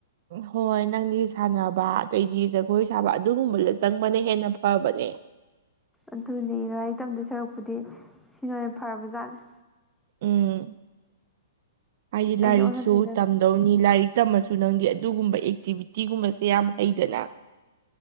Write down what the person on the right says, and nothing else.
ꯍꯣꯏ ꯅꯪꯗꯤ ꯁꯥꯟꯅꯕ ꯑꯗꯩꯗꯤ ꯖꯒꯣꯏ ꯁꯥꯕ ꯑꯗꯨꯒꯨꯝꯕꯗ ꯆꯪꯕꯅ ꯍꯦꯟꯅ ꯐꯕꯅꯦ꯫ <inaudible>
ꯎꯝ ꯑꯩꯒꯤ
ꯂꯥꯏꯔꯤꯛꯁꯨ
ꯇꯝꯗꯧꯅꯤ ꯂꯥꯏꯔꯤꯛ꯫ ꯇꯝꯃꯁꯨ ꯅꯪꯗꯤ ꯑꯗꯨꯒꯨꯝꯕ ꯑꯦꯛꯇꯤꯚꯤꯇꯤꯒꯨꯝꯕꯁꯦ ꯌꯥꯝ ꯍꯩꯗꯅ꯫